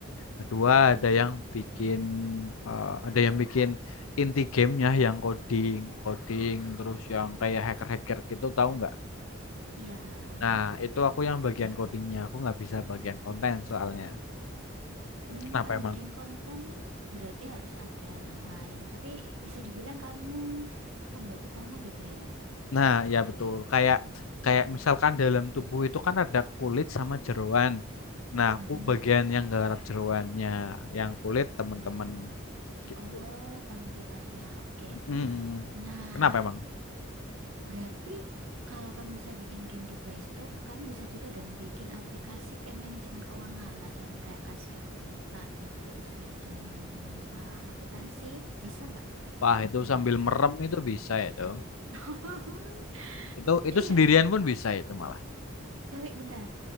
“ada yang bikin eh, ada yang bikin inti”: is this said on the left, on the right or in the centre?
Left